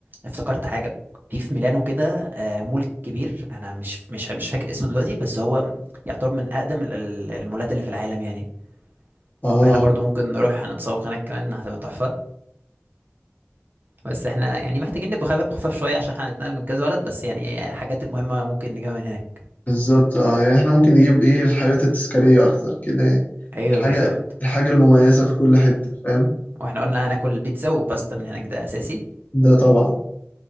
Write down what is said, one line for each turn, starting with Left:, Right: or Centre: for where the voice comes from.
Right: افتكرت حاجة في في ميلانو كده آه، مول كبير أنا مش مش مش فاكر اسمه دلوقتي بس هو يعتبر من أقدم ال- ال- المولات اللي في العالم يعني
Left: اه
Right: فاحنا برضو ممكن نروح نتسوق هناك كمان هتبقى تحفة بس احنا يعني محتاجين نبقى خف- خفاف شويه عشان احنا هنتنقل من كذا بلد بس يعني الحاجات المهمه ممكن نجيبها من هناك
Left: بالظبط اه يعني احنا ممكن نجيب ايه الحاجات التذكارية اكتر كده يعني
Right: ايوه
Left: الحاجة
Right: بالظبط
Left: الحاجة المميزة في كل حتة فاهم
Right: واحنا قلنا هناكل بيتزا وباستا من هناك ده اساسي
Left: ده طبعا